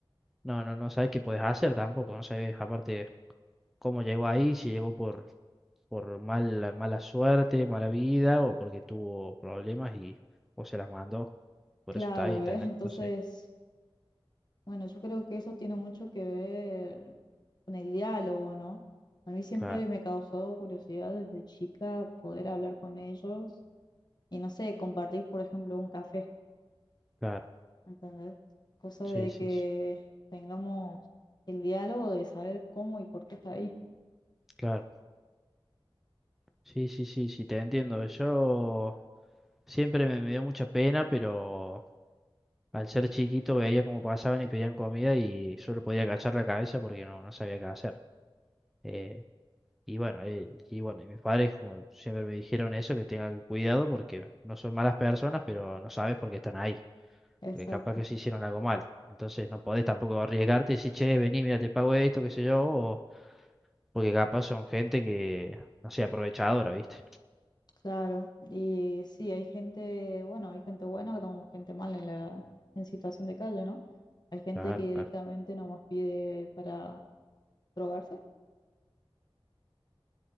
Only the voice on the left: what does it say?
Claro,
¿ves? Entonces,
bueno, yo creo que eso tiene mucho que ver con el diálogo, ¿no? A mí siempre
me causó curiosidad desde chica poder hablar con ellos y no sé, compartir, por ejemplo, un café,
¿entendés? Cosa
de
que
tengamos el diálogo de saber cómo y por qué está ahí.
Exacto.
Claro, y sí, hay gente, bueno, hay gente buena como gente mala en la en situación de calle, ¿no? Hay gente
que
directamente nomás pide para drogarse,